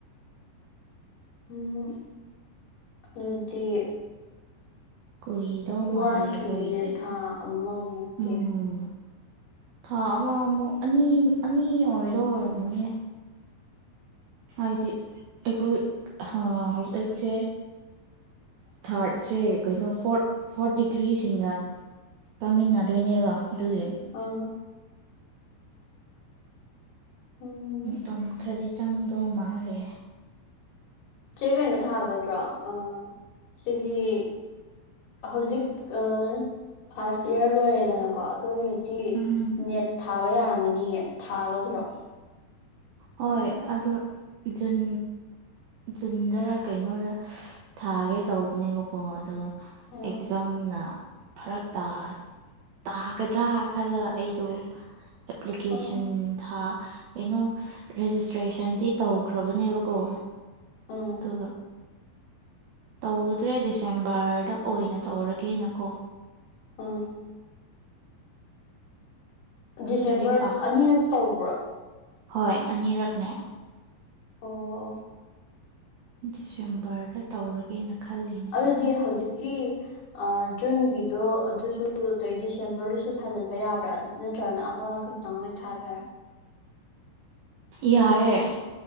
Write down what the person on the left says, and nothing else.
ꯎꯝ ꯗꯨꯗꯤ
ꯋꯥꯠꯈꯤꯅꯤꯅꯦ
ꯊꯥ ꯑꯃꯃꯨꯛꯀꯤ
ꯑꯥ ꯎꯝ
ꯆꯦ ꯀꯩꯅꯣ ꯊꯥꯒꯗ꯭ꯔꯣ ꯑꯥ ꯁꯤꯒꯤ ꯍꯧꯖꯤꯛ ꯑꯥ ꯐꯥꯔꯁ ꯏꯌꯥꯔ ꯂꯣꯏꯔꯦꯗꯅ ꯀꯣ ꯑꯗꯨ ꯑꯣꯏꯔꯗꯤ
ꯅꯦꯠ ꯊꯥꯕ ꯌꯥꯔꯝꯃꯅꯤꯌꯦ ꯊꯥꯒꯗꯔꯣ
ꯑꯥ
ꯑꯥ
ꯑꯥ
ꯑꯥ ꯗꯤꯁꯦꯝꯕꯔ
ꯑꯅꯤꯔꯛ ꯇꯧꯕ꯭ꯔꯥ
ꯑꯣ ꯑꯣ
ꯗꯨꯗꯤ ꯍꯧꯖꯤꯛꯀꯤ ꯑꯥ ꯖꯨꯟꯒꯤꯗꯣ ꯑꯗꯨꯁꯨ ꯑꯗꯩ ꯗꯤꯁꯦꯝꯕꯔꯗꯨꯁꯨ ꯊꯥꯖꯤꯟꯕ ꯌꯥꯕ꯭ꯔꯥ ꯑꯗꯨ ꯅꯠꯇ꯭ꯔꯒꯅ ꯑꯃꯈꯛ ꯅꯥꯎꯃꯩꯟ ꯊꯥꯗꯣꯏꯔꯥ